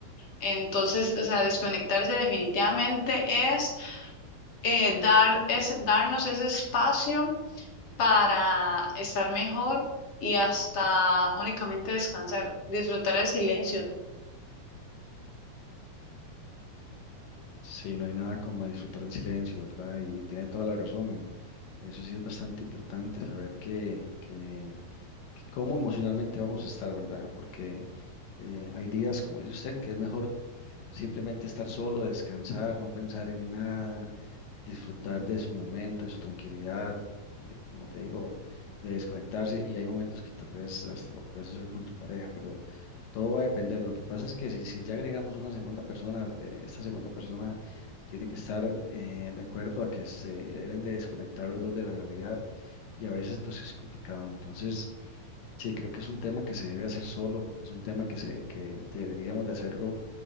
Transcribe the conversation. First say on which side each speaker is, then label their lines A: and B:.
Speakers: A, on the left (about 45°); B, on the left (about 65°).
A: Entonces, o sea, desconectarse definitivamente es eh, dar ese- darnos ese espacio para estar mejor y hasta únicamente descansar, disfrutar el silencio.
B: Sí, no hay nada como disfrutar del silencio, ¿verdad? Y tiene toda la razón. Eso sí es bastante importante saber que, que, que cómo emocionalmente vamos a estar, ¿verdad? Porque eh, hay días, como dice usted, que es mejor Simplemente estar solo, descansar, no pensar en nada, disfrutar de su momento, de su tranquilidad, de, como te digo, de desconectarse. Y hay momentos que tal vez hasta lo puedes hacer con tu pareja, pero todo va a depender. Lo que pasa es que si, si ya agregamos una segunda persona, eh, esta segunda persona tiene que estar eh, de acuerdo a que se deben de desconectar los dos de la realidad y a veces pues es complicado. Entonces, sí, creo que es un tema que se debe hacer solo, es un tema que, se, que deberíamos de hacerlo